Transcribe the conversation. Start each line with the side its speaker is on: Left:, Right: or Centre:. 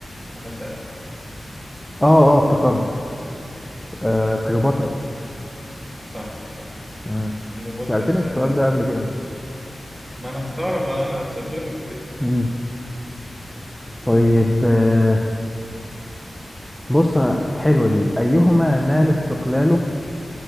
Right: أنا ساعدتك
Centre: آه آه افتكرت آه كليوباترا
Right: صح صح
Centre: مم.
Right: كليوباترا
Centre: سألتني
Right: السابعة
Centre: السؤال ده قبل كده
Right: ما أنا مستغرب أنا أنا سألت لك قبل كده
Centre: مم. طيب آه بص حلوة دي أيهما نال استقلاله